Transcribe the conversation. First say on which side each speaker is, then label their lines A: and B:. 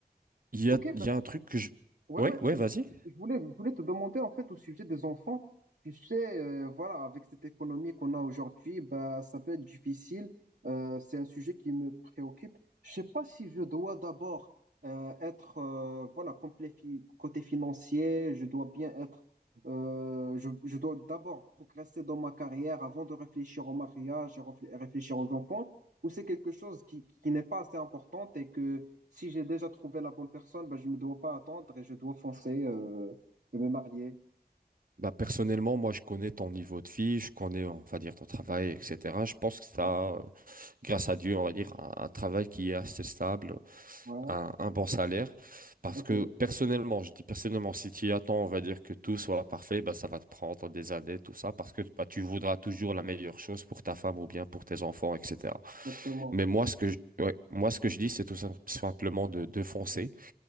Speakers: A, on the right (about 55°); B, on the right (about 75°).
A: il y
B: Ok,
A: a, il
B: ben,
A: y a un truc que je...
B: ouais,
A: Ouais,
B: ouais.
A: ouais, vas-y.
B: Je voulais, je voulais te demander en fait au sujet des enfants. Tu sais, euh, voilà, avec cette économie qu'on a aujourd'hui, bah, ça peut être difficile. Euh, c'est un sujet qui me préoccupe. Je sais pas si je dois d'abord euh, être euh, voilà complet fi- côté financier. Je dois bien être. euh, je, je dois d'abord progresser dans ma carrière avant de réfléchir au mariage et reflé- réfléchir aux enfants. Ou c'est quelque chose qui, qui n'est pas assez importante et que si j'ai déjà trouvé la bonne personne, ben, je ne dois pas attendre et je dois foncer euh, et me marier.
A: Bah, personnellement, moi, je connais ton niveau de vie, je connais, on va dire, ton travail, etc. Je pense que ça,
B: Ouais,
A: euh, grâce à Dieu, on va dire, un, un travail qui est assez stable,
B: ouais,
A: un, un bon salaire. Parce
B: ok,
A: que personnellement, je dis personnellement, si tu attends, on va dire que tout soit parfait, bah, ça va te prendre des années, tout ça, parce que bah, tu voudras toujours la meilleure chose pour ta femme ou bien pour tes enfants, etc.
B: exactement.
A: Mais moi, ce que je, ouais, moi, ce que je dis, c'est tout sim- simplement de, de foncer.